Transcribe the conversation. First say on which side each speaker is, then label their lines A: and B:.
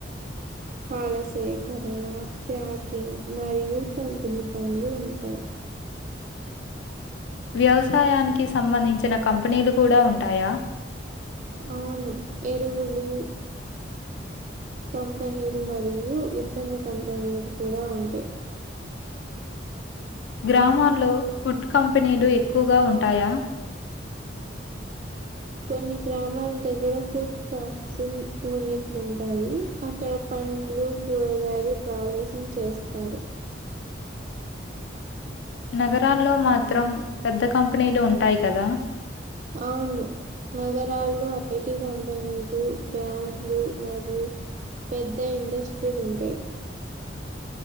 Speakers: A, on the right; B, on the left.
A: పాల సేకరణ ప్యాకింగ్ మరియు పంపిణీ పనులు ఉంటయి.
B: వ్యవసాయానికి సంబంధించిన కంపెనీలు కూడా ఉంటాయా
A: అవును ఎరువులు కంపెనీలు మరియు విత్తన కంపెనీలు కూడా ఉంటయి.
B: గ్రామాల్లో ఫుడ్ కంపెనీలు ఎక్కువగా ఉంటాయా
A: కొన్ని గ్రామాల దగ్గర ఫుడ్ ప్రాసెసింగ్ యూనిట్లు ఉంటాయి. అక్కడ పండ్లు కూరగాయలు ప్రాసెసింగ్ చేస్తారు.
B: నగరాల్లో మాత్రం పెద్ద కంపెనీలు ఉంటాయి. కదా
A: అవును నగరాల్లో ఐటీ కంపెనీలు, బ్యాంకులు మరియు పెద్ద ఇండస్ట్రీలుంటాయి.